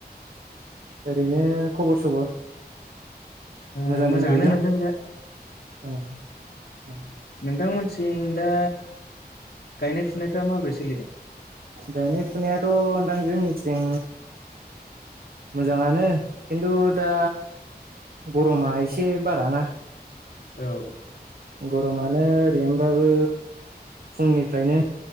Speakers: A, on the right; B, on the left.
A: ओरैनो खबर सबर
B: ओ
A: मोजां
B: मोजाङानो
A: दंथ'यो ना
B: नोंथां दा
A: औ औ
B: नोंथांमोनथिं दा गायनाय फुनायफ्रा माबोरै सोलिदों
A: गायनाय फुनायाथ' नदां जोंनिथिं मोजाङानो खिन्थु दा गरमा एसे बाराना
B: औ
A: गरमानो ओरैनोबाबो फुंनिफ्रायनो